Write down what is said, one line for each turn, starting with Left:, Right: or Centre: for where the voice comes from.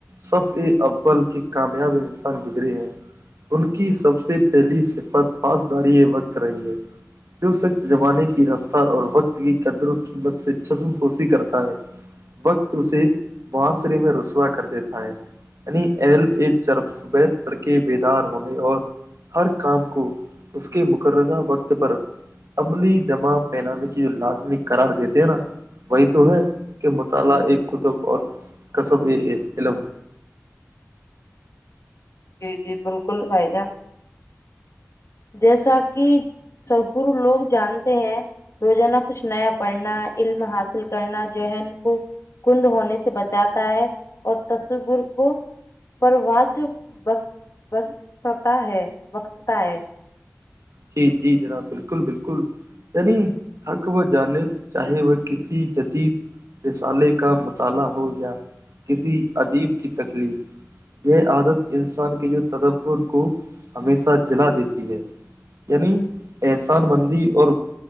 Right: صف ا اول کے کامیاب انسان گزرے ہیں ان کی سب سے پہلی صفت پاسداری وقت رہی ہے جو سخص زمانے کی رفتار اور وقت کی قدر و قیمت سے چسم کوسی کرتا ہے وقت اسے معاصرے میں رسوا کر دیتا ہے یعنی ایہل ایک جرف صبید تڑکے بیدار ہونے اور ہر کام کو اس کے مقررہ وقت پر عملی جمع پہنانے کی جو لازمی قرار دیتے ہیں نا وہی تو ہے کہ مطالعہ ایک کتب اور کصب علم
Left: جی جی بالکل بھائی جہ جیسا کہ سہر لوگ جانتے ہیں روزانہ کچھ نیا پڑھنا علم حاصل کرنا ذہن کو کند ہونے سے بچاتا ہے اور تصور کو پروج بس بس ستا ہے بخستا ہے
Right: جی جی جناب بالکل بالکل یع حق و جانے چاہے وہ کسی جتی رسالے کا مطالعہ ہو یا کسی ادیب کی تکلیف یہ عادت انسان کے جو تدبر کو ہمیشہ جلا دیتی ہے یعنی احسان مندی اور